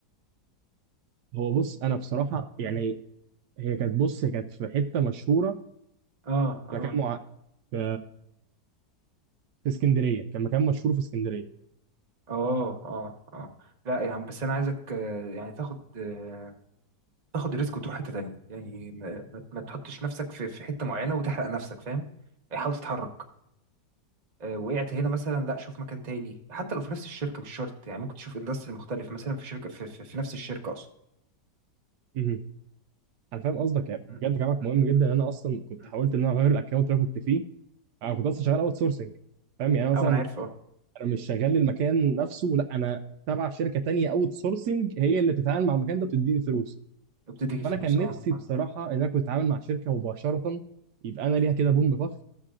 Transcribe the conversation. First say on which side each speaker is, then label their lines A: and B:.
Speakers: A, on the right; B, on the right.
A: هو بص انا بصراحه يعني هي كانت بص هي كانت في حته مشهوره
B: اه
A: في
B: اه
A: مكان مع... في... في اسكندريه كان مكان مشهور في اسكندريه
B: اه اه اه لا يا عم بس انا عايزك آه، يعني تاخد آه، تاخد الريسك وتروح حتة تانية يعني ما, ما ما تحطش نفسك في في حتة معينة وتحرق نفسك فاهم يعني حاول تتحرك آه، وقعت هنا مثلا لا شوف مكان تاني حتى لو في نفس الشركة مش شرط يعني ممكن تشوف اندستري مختلف مثلا في شركة في, في, في نفس الشركة
A: مهم. انا فاهم قصدك يعني بجد
B: مم.
A: كلامك
B: مم.
A: مهم جدا
B: مم.
A: ان انا اصلا كنت
B: مم.
A: حاولت ان انا اغير الاكونت اللي انا كنت فيه انا كنت اصلا شغال اوت سورسنج فاهم يعني أنا مثلا
B: اه ما انا عارف اه
A: انا مش شغال للمكان نفسه لا انا تبع شركه تانية اوت سورسنج هي اللي بتتعامل مع المكان ده بتديني فلوس
B: بتديكي
A: فانا
B: فلوس
A: كان نفسي
B: اه
A: بصراحه
B: اه
A: ان انا كنت اتعامل مع شركه مباشره يبقى انا ليها كده بوم طخ